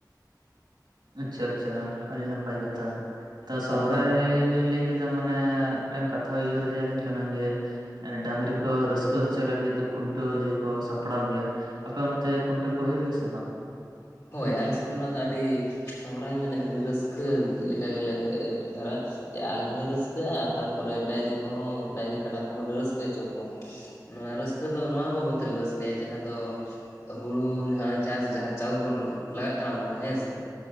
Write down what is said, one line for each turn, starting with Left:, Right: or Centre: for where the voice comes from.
Right: ᱟᱪᱪᱷᱟ ᱟᱪᱪᱷᱟ, ᱟᱹᱰᱤ ᱱᱟᱯᱟᱭ ᱠᱟᱛᱷᱟ ᱾ ᱛᱚ ᱥᱚᱦᱨᱟᱭ
Left: ᱵᱟ
Right: ᱵᱤᱱ ᱞᱟᱹᱭ ᱠᱮᱫᱟ ᱢᱟᱱᱮ ᱢᱤᱫᱴᱟᱝ ᱠᱟᱛᱷᱟ ᱩᱭᱦᱟᱹᱨᱮ ᱦᱮᱡ ᱟᱹᱞᱤᱧ ᱠᱟᱱᱟ, ᱡᱮ, ᱰᱟᱝᱨᱤ ᱠᱚ ᱨᱟᱹᱥᱠᱟᱹ ᱦᱚᱪᱚ ᱞᱟᱹᱜᱤᱫ ᱠᱷᱩᱱᱴᱟᱹᱣ ᱠᱚ ᱥᱟᱯᱲᱟᱣ ᱜᱮᱭᱟ᱾ ᱟᱯᱮ ᱚᱱᱛᱮ ᱠᱷᱩᱱᱟᱹᱣ ᱠᱚ ᱦᱩᱭᱩᱜ ᱜᱮᱭᱟ ᱥᱮ ᱵᱟᱝ?
Left: ᱦᱳᱭ, ᱟᱞᱮ ᱥᱮᱱ ᱫᱚ ᱱᱚᱣᱟ ᱫᱚ ᱟᱹᱰᱤ, ᱥᱚᱦᱨᱟᱭ ᱢᱟᱱᱮ ᱟᱹᱰᱤ ᱨᱟᱹᱥᱠᱟᱹ ᱞᱮᱠᱟ ᱜᱮᱞᱮ ᱟᱴᱠᱟᱨᱟ᱾ ᱟᱞᱮ ᱦᱚᱸᱞᱮ ᱨᱟᱹᱥᱠᱟᱹᱜᱼᱟ, ᱛᱟᱨᱯᱚᱨᱮ ᱰᱟᱭᱨᱤ ᱠᱚᱦᱚᱸ ᱰᱟᱭᱨᱤᱼᱠᱟᱰᱟ ᱠᱚᱦᱚᱸ ᱞᱮ ᱨᱟᱹᱥᱠᱟᱹ ᱦᱚᱪᱚ ᱠᱚᱣᱟ᱾ ᱱᱚᱣᱟ ᱨᱟᱹᱥᱠᱟᱹ ᱫᱚ ᱱᱚᱣᱟ ᱦᱚᱸ ᱵᱟᱵᱚᱫ ᱛᱮᱞᱮ ᱨᱟᱹᱥᱠᱟᱹᱭᱟ ᱡᱟᱦᱟᱸ ᱫᱚ᱾ ᱦᱩᱲᱩ ᱱᱚᱜᱼᱚᱭ ᱪᱟᱥ ᱡᱟᱦᱟᱸ ᱪᱟᱥ ᱵᱚᱱ, ᱞᱟᱜᱟᱜ ᱠᱟᱱᱟ ᱵᱚᱱ ᱦᱮᱸᱥᱮ,